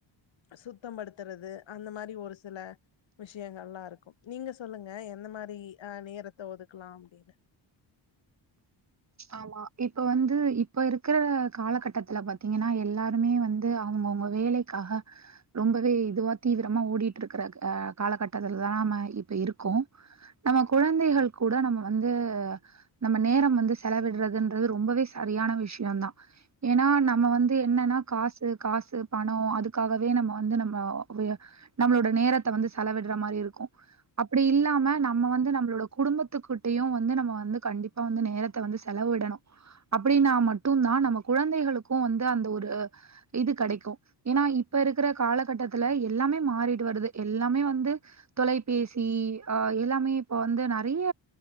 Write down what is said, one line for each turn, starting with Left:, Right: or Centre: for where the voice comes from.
Left: சுத்தம் படுத்துறது அந்த மாரி ஒரு சில விஷயங்கள்லா இருக்கும் நீங்க சொல்லுங்க எந்த மாரி அஹ் நேரத்த ஒதுக்கலா அப்டின்னு
Right: ஆமா இப்ப வந்து இப்ப இருக்கிற காலகட்டத்துல பாத்தீங்கன்னா எல்லாருமே வந்து அவங்கவுங்க வேலைக்காக ரொம்பவே இதுவா தீவிரமா ஓடிட்டு இருக்கிற அஹ் காலகட்டத்துலதான் இப்ப இருக்கோம் நம்ம குழந்தைகள் கூட நம்ம வந்து நம்ம நேரம் வந்து செலவிடுறதுன்றது ரொம்பவே சரியான விஷயம் தான் ஏன்னா நம் நம்ம வந்து என்னன்னா காசு காசு பணம் அதுக்காகவே நம்ம வந்து நம்ம நம்மளோட நேரத்தை வந்து செலவிடுற மாதிரி இரு இருக்கு அப்டி இல்லாம நம்ம வந்து நம்மளோட குடும்பத்துக்கிட்டயும் வந்து நம்ம வந்து கண்டிப்பா இப்ப வந்து நேரத்தை வந்து செலவு விடணும் அப்படின்னா மட்டும் தான் நம்ம குழந்தைகளுக்கும் வந்து அந்த ஒரு இது கிடைக்கும் ஏன்னா இப்ப இருக்கிற காலகட்டத்துல எல்லாமே மாறிட்டு வருது எல்லாமே வந்து தொலைபேசி ஆஹ் எல்லாமே இப்ப வந்து நிறைய